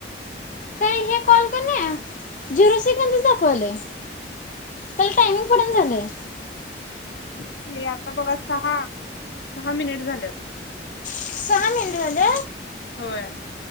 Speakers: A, on the left (about 45°); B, on the left (about 70°).
A: कारण हे कॉल क नई झिरो सेकंदच दाखवायलय. त्याला टायमिंग पडणा झालय.
B: ते आता बघा सहा, सहा मिनिट झाल्यात.
A: सहा मिनिट झाले
B: होय